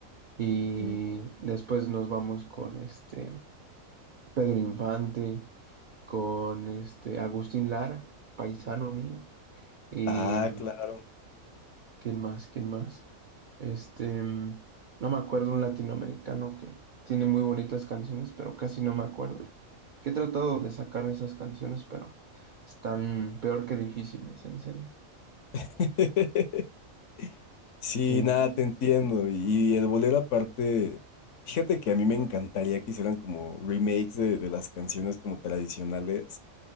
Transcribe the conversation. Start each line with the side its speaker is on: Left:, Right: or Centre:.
Right: y
Left: Ujú.
Right: después nos vamos con este Pedro Infante, con este Agustín Lara, paisano mío, y
Left: Ah,
Right: mm,
Left: claro.
Right: ¿Quién más? ¿Quién más? Este, mm, no me acuerdo un latinoamericano que tiene muy bonitas canciones, pero casi no me acuerdo. Que he tratado de sacar esas canciones, pero están peor que difíciles, en serio.
Left: <laughs> Sí,
Right: Sí,
Left: nada,
Right: Sí.
Left: te entiendo. Y el bolero aparte, fíjate que a mí me encantaría que hicieran como remakes de, de las canciones como tradicionales,